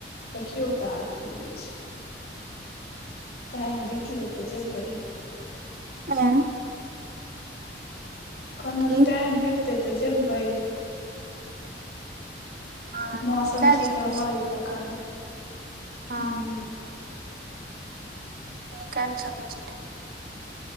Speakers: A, on the left; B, on the right.
A: देखियौ त आब की होइ छै। टाइम भेटलै त जेबै।
B: <unintelligible>
A: कनहों
B: की
A: जे टाइम भेटतै त जेबै।
B: हँ निकालि
A: मौसम ठीक
B: सकै
A: रहल
B: छी
A: तखन
B: हँ
A: हूं।
B: <inaudible>